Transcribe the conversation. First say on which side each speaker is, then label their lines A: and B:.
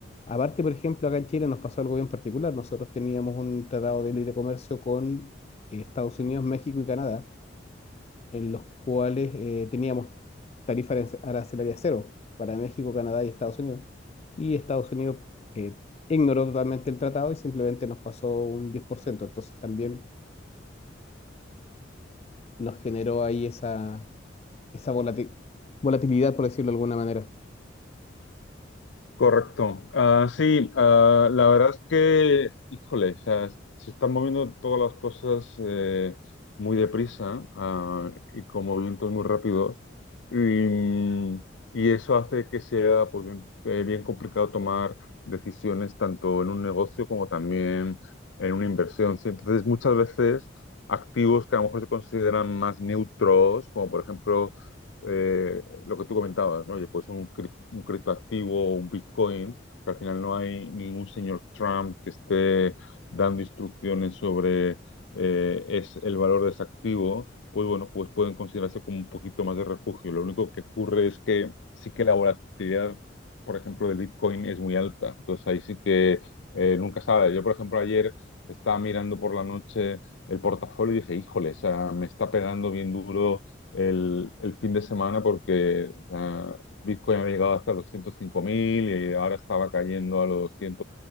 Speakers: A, on the left (about 35°); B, on the left (about 75°).
A: Aparte, por ejemplo, acá en Chile nos pasó algo bien particular. Nosotros teníamos un tratado de libre comercio con eh, Estados Unidos, México y Canadá, en los cuales eh, teníamos tarifa arance- arancelaria cero para México, Canadá y Estados Unidos. Y Estados Unidos eh, ignoró totalmente el tratado y simplemente nos pasó un 10%. Entonces también nos generó ahí esa, esa volati- volatilidad, por decirlo de alguna manera.
B: Correcto. Ah, sí, ah, la verdad es que, híjole, o sea, se están moviendo todas las cosas eh, muy deprisa ah, y con movimientos muy rápidos. Y, mm, y eso hace que sea pues, bien, eh, bien complicado tomar decisiones tanto en un negocio como también en una inversión. ¿sí? Entonces, muchas veces activos que a lo mejor se consideran más neutros, como por ejemplo eh, lo que tú comentabas, ¿no? Oye, pues un, cri- un criptoactivo o un Bitcoin, que al final no hay ningún señor Trump que esté dando instrucciones sobre eh, es el valor de ese activo, pues bueno, pues pueden considerarse como un poquito más de refugio. Lo único que ocurre es que sí que la volatilidad, por ejemplo, de Bitcoin es muy alta. Entonces ahí sí que eh, nunca sabes. Yo, por ejemplo, ayer estaba mirando por la noche el portafolio y dije, híjole, o sea, me está pegando bien duro el, el fin de semana porque o sea, Bitcoin había llegado hasta los ciento cinco mil y ahora estaba cayendo a los cien,